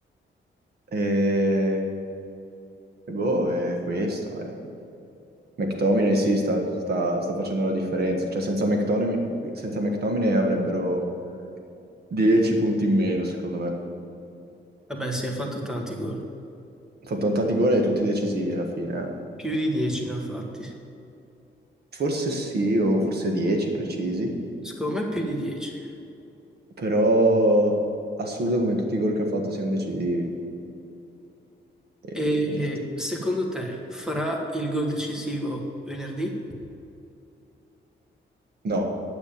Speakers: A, on the right; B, in the centre.
A: E, e boh, è questo. eh. McTominay sì, sta, sta- sta facendo la differenza. Cioè, senza McTominay, senza McTominay avrebbero 10 punti in meno, secondo me.
B: Vabbè, sì, ha fatto tanti gol,
A: Ha fatto tanti gol e tutti decisivi alla fine, eh.
B: più di 10 ne ha fatti.
A: Forse sì, o forse 10 precisi.
B: Secondo me più di 10.
A: però assurdo come tutti i gol che ha fatto siano decisivi. E
B: E
A: niente.
B: secondo te farà il gol decisivo venerdì?
A: No.